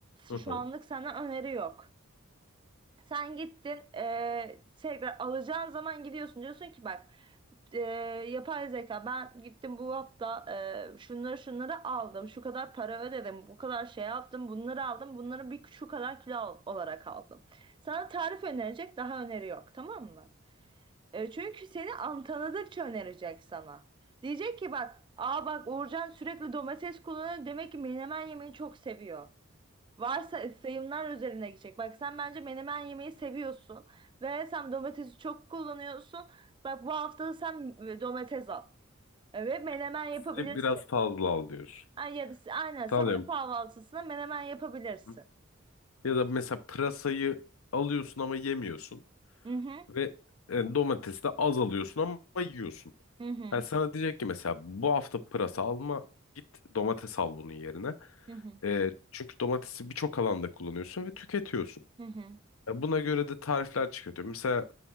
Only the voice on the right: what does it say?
Şu
anlık senden öneri yok. Sen gittin eee, tekrar alacağın zaman gidiyorsun diyorsun ki bak eee, yapay zeka ben gittim bu hafta eee, şunları şunları aldım şu kadar para ödedim bu kadar şey yaptım bunları aldım bunları bir şu kadar kilo al- olarak aldım. Sana tarif önerecek daha öneri yok tamam mı? E, çünkü seni an tanıdıkça önerecek sana. Diyecek ki bak aa bak Uğurcan sürekli domates kullanıyor demek ki menemen yemeyi çok seviyor. Varsa sayımlar üzerine gidecek. Bak sen bence menemen yemeyi seviyorsun ve sen domatesi çok kullanıyorsun. Bak bu hafta da sen e, domates al. Evet menemen
yapabilirsin.
Ay, ya da s- aynen sabah
kahvaltısına menemen yapabilirsin.
Hı hı
hı hı
hı hı
hı hı